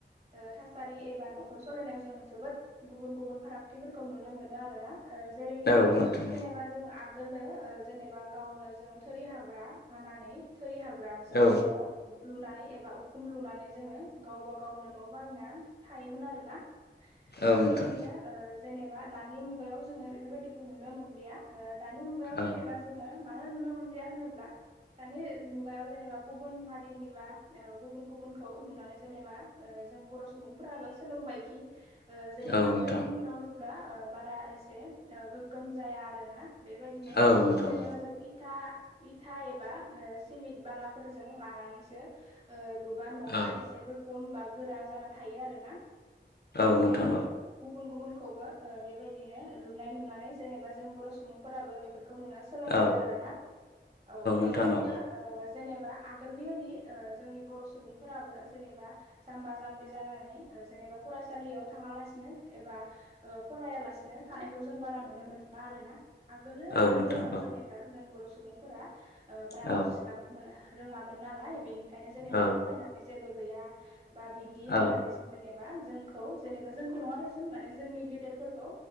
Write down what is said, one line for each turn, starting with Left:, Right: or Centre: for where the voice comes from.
Right: ओ थासारि एबा न'खर सलायनायाव जों जोबोद गुबुन गुबुन फारागथिफोरखौ नुनो मोनो आरो ना ओ जेरैखि
Left: औ नोंथां
Right: जेनेबा जों आगोलो ओ जेनेबा गावनो जोंङो थोरि हाग्रा हानानै थोरि हाग्र जों
Left: औ
Right: न' लुनाय एबा उखुम लुनानै जोङो गावबागाव गावनो न' बानायना थायोमोन आरोना बेफोरबायदिनोओ
Left: औ नोंथां
Right: जेनेबा दानि मुगायाव जोङो बेफोरबायाददिखौ नुनो मोनलिया ओ दानि मुगायाव जेनेबा
Left: औ
Right: जोङो मानो नुनो मोनलिया होनोब्ला दानि मुगायाव जेनेबा गुबुन हारिनिबा ओ गुबुन गुब गुबुनखौ नुनानै जेनेबा ओ जों बर' सुबुंफोराबो सोलोंबायखि ओ जेनेबा
Left: औ नोंथां
Right: थोरिनि न' लुब्ला ओ बारा एसे ओ गोग्गोम जाया आरो ना बेबायदिनो
Left: औ नोंथां
Right: जेनेबा
Left: औ
Right: जों था इथा एबा ओ सिमिट बालाफोरजों लानानैसो ओ लु बा नहा
Left: औ
Right: एसे गोगोम बा गोरा जाना थायो आरोना बेनिखायनो
Left: औ नोंथां औ
Right: गुबुन गुबुनखौबो ओ बेबायदिनो लुनाय नुनानै जेनेबा जों बर' सुबुंफोराबो बेफोरखौ नुनानै सोलोंबोदो
Left: औ
Right: आरोना औ बेबायदिनो
Left: नोंथां औ
Right: ओ जेनेबा आगोलनि बायदि ओ जोंनि बर' सुबुंफोराबो जेनेबा जाम्बा जाम्बि जानानै ओ जेनेबा फरायसालियाव थाङा लासिनो एबा ओ फरायालासिनो थानायखौ जों बारा नुनो मोन बारोना आगोलो
Left: औ
Right: मा
Left: नोंथां
Right: जायोमोन
Left: औ
Right: जेनेबा जों बर' सुबुंफोरा ओ ब्रा
Left: औ
Right: बुजिस्लाबनो मोना रोङामोन नालाय बेनि खायनो जेनेबा
Left: औ
Right: फरायनानै जेबो गैया बा बिदि होननानै
Left: औ
Right: जों जेनेबा बा जोंखौ जेनेबा जोंखौ नङा दे सुन माने जोंनि गेदेरफोरखौ